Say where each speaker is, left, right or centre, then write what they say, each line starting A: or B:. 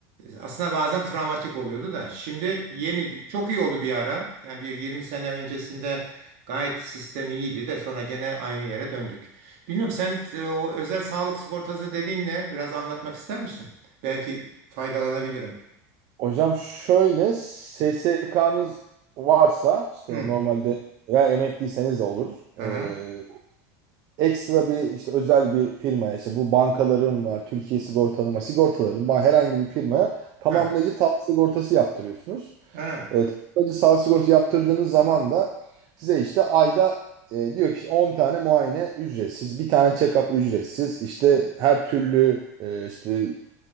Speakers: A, on the right (about 60°); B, on the right (about 45°).
A: aslında bazen travmatik oluyordu da şimdi yeni çok iyi oldu bir ara. Yani bir 20 sene öncesinde gayet sistem iyiydi de sonra gene aynı yere döndük. Bilmiyorum sen e, o özel sağlık sigortası dediğin ne? Biraz anlatmak ister misin? Belki faydalanabilirim.
B: Hocam şöyle SSK'nız varsa işte
A: Hmm.
B: normalde veya emekliyseniz de olur.
A: Aha.
B: Ee, ekstra bir işte özel bir firmaya işte bu bankaların var, Türkiye sigortaların var, sigortaların var herhangi bir firmaya tamamlayıcı
A: Ha.
B: sağlık sigortası yaptırıyorsunuz.
A: Ha.
B: Ee, tamamlayıcı sağlık sigortası yaptırdığınız zaman da size işte ayda e, diyor ki işte 10 tane muayene ücretsiz, bir tane check-up ücretsiz, işte her türlü e, işte